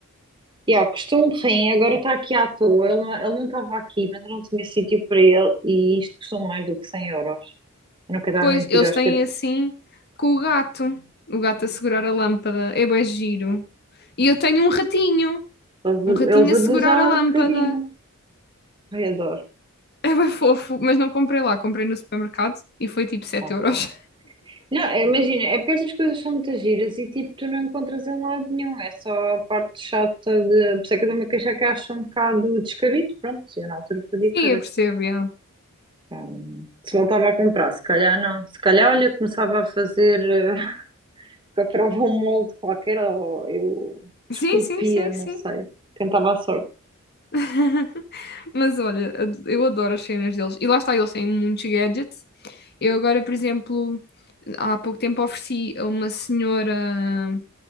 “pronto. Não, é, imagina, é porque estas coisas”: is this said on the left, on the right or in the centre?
Right